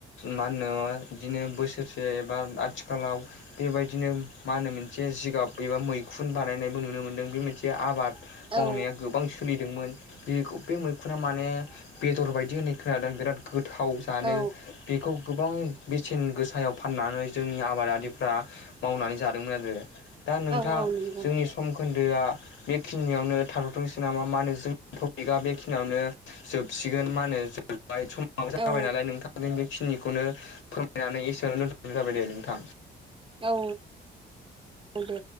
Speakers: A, on the left; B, on the right.
A: मा होनो बिदिनो बोसोरसे एबा आथिखालाव बेबायदिनो मा होनो मोनसे जिगाब एबा मैखुन बानायनायबो नुनो मोनदों बे मोनसे आबाद मावनाया
B: औ
A: गोबां सोलिदोंमोन बेखौ बे मैखुना माने बेदर बायदि होननाय खोनादों बिराद गोथाव जानो
B: औ
A: बेखौ गोबां बेसेन गोसायाव फाननानै जोंनि आब आबादारिफ्रा मावनानै जादोंमोन आरो दा नोंथां
B: औ औ नंगौ
A: जोंनि सम खोन्दोआ बेखिनियावनो था थोंसै नामा होनो जोंनि थपिका बेखिनियावनो जोबसिगोन मा होनो समाबो जाबाय
B: औ
A: नालाय नोंथां जों बेखिनिखौनो फोरमायनानै एसेआवनो दोनथ'नाय जाबाय दे नोंथां
B: औ औ औ दे